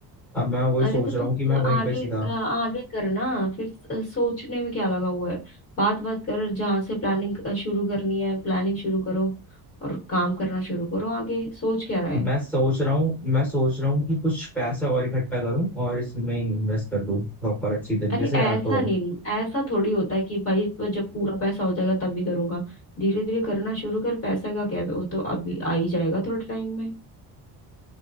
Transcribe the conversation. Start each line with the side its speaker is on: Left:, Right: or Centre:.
Centre: अब मैं वही
Left: अरे
Centre: सोच
Left: तो
Centre: रहा
Left: तुम
Centre: हूँ कि मैं वहीं
Left: आगे
Centre: पे सीधा
Left: आगे करना फिर स- सोचने में क्या लगा हुआ है बात बात कर जहां से प्लानिंग शुरू करनी है प्लानिंग शुरू करो और काम करना शुरू करो आगे सोच क्या रहा है
Centre: मैं सोच रहा हूँ मैं सोच रहा हूँ कि कुछ पैसे और इकट्ठा करूँ और इसमें इन्वेस्ट कर दूँ प्रॉपर अच्छी तरीके
Left: अरे
Centre: से
Left: ऐसा
Centre: या तो
Left: नहीं ऐसा थोड़ी होता है कि भाई जब पूरा पैसा हो जाएगा तब भी करूंगा धीरे धीरे करना शुरू कर पैसा का क्या वो तो अभी आ ही जाएगा थोड़े टाइम में